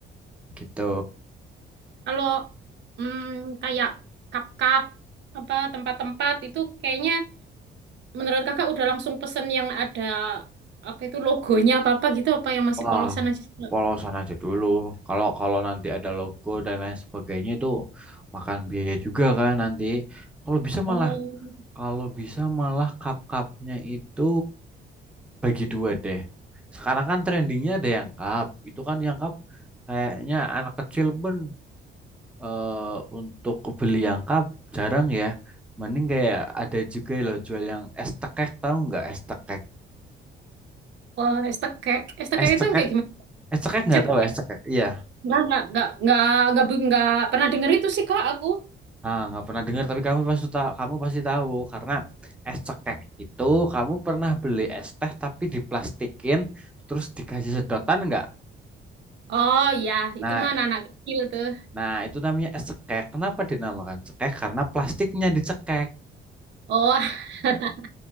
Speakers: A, in the centre; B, on the right (about 65°).
A: gitu.
B: Kalau mm, kayak cup-cup apa tempat-tempat itu kayaknya menurut Kakak udah langsung pesen yang ada apa itu logonya apa-apa gitu apa yang masih
A: Wah,
B: polosan aja? sih, Kak?
A: polosan aja dulu. Kalau kalau nanti ada logo dan lain sebagainya itu makan biaya juga kan nanti. Kalau bisa
B: Oh,
A: malah kalau bisa malah cup-cupnya itu bagi dua deh. Sekarang kan trendingnya ada yang cup. Itu kan yang cup kayaknya anak kecil pun eh, untuk beli yang cup jarang ya. Mending kayak ada juga loh jual yang es tekek tahu nggak es tekek?
B: oh STK. STK
A: Es
B: itu
A: cekek,
B: yang kayak gimana?
A: es cekek nggak
B: Cek.
A: tahu es cekek. Iya.
B: Enggak, enggak, enggak, enggak, enggak, enggak, pernah denger itu sih Kak aku.
A: Ah, nggak pernah dengar tapi kamu pasti tahu kamu pasti tahu karena es cekek itu kamu pernah beli es teh tapi diplastikin terus dikasih sedotan nggak?
B: Oh ya, itu
A: Nah,
B: mah anak kecil tuh.
A: nah itu namanya es cekek. Kenapa dinamakan cekek? Karena plastiknya dicekek.
B: Oh, <laughs>